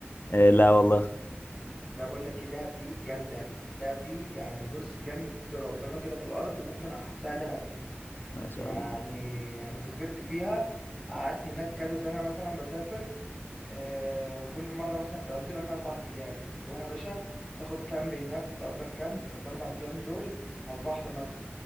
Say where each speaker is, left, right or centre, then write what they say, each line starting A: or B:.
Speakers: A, on the left (about 55°); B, on the left (about 20°).
A: آه، لا والله
B: لا بقول لك ايه دهب دي جامده دهب دي يعني بص جنه ربنا كده في الارض ممكن احسها دهب دي
A: ما شاء
B: يعني
A: الله
B: انا سافرت فيها قعدت هناك كذا سنه مثلا بسافر آه، كل مرة مثلا تقضي لك أربع أيام تروح يا باشا تاخد كامب هناك وتأجر كامب الأربع أيام دول على البحر مثلا